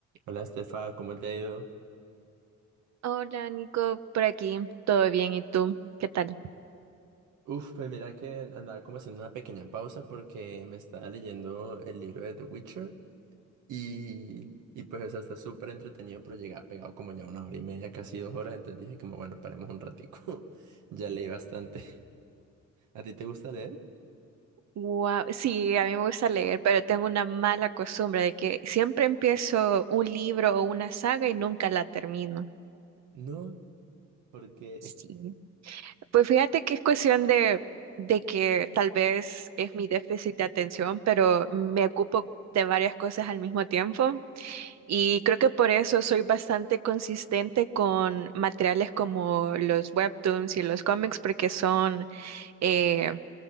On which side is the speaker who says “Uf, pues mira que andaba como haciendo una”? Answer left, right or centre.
Right